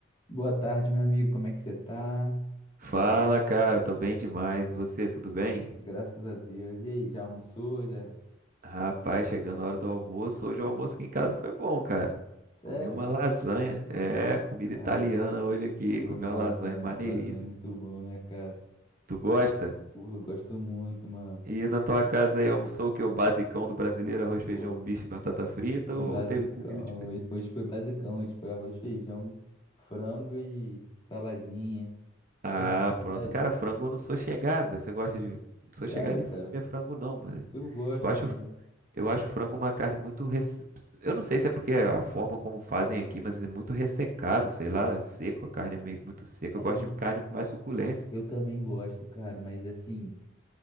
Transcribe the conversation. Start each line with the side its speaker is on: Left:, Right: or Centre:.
Left: Boa tarde, meu amigo. Como é que você tá?
Right: Fala, cara, tô bem demais. E você, tudo bem?
Left: Graças a Deus. E aí, já almoçou? Já?
Right: Rapaz, chegando a hora do almoço. Hoje o almoço aqui em casa foi bom, cara.
Left: Sério?
Right: Comi uma lasanha. É, comida
Left: Cara,
Right: italiana hoje aqui.
Left: pô,
Right: Comi uma
Left: lasanha,
Right: lasanha maneiríssima.
Left: lasanha é muito bom, né, cara?
Right: Tu gosta?
Left: Eu, pô, eu gosto muito, mano.
Right: E na tua casa aí almoçou o que? O basicão do brasileiro, arroz, feijão,
Left: Pô,
Right: bife, batata frita
Left: basicão.
Right: ou teve comida diferente?
Left: Hoje, hoje foi basicão. Hoje foi arroz, feijão, frango e saladinha.
Right: Ah,
Left: Levinho, levinho.
Right: pronto. Cara, frango eu não sou chegado. Você gosta de. Não sou chegado
Left: Sério,
Right: em
Left: cara?
Right: comer frango, não, mano.
Left: Eu gosto,
Right: Eu acho.
Left: mano.
Right: Eu acho frango uma carne muito. res- Eu não sei se é porque é a forma como fazem aqui, mas é muito ressecado, sei lá, é seco, a carne é meio- muito seca.
Left: É,
Right: Eu
Left: hein?
Right: gosto de carne com mais suculência.
Left: Eu também gosto, cara, mas assim.